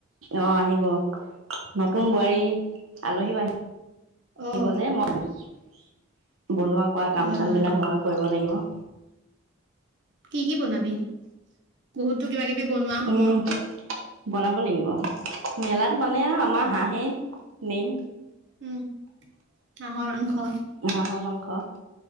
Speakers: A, on the right (about 85°); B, on the right (about 60°).
A: অ আহিব নতুন বোৱাৰী আলহী আহঢ়ি আহিব
B: অ',
A: যে মইম <unintelligible> বনোৱা কোৱা
B: হয়
A: কাম চাম
B: হয়
A: বিলাক ময়ো কৰিব লাগিব <inaudible>
B: কি কি বনাবি বহুত তটো কিবা কিবি বনোৱা হ'ব
A: উম বনাব লাগিব মেলাত মানে আমাৰ হাঁহে মেইন।
B: উম হাঁহৰ মাংস।
A: হাঁহ মাংস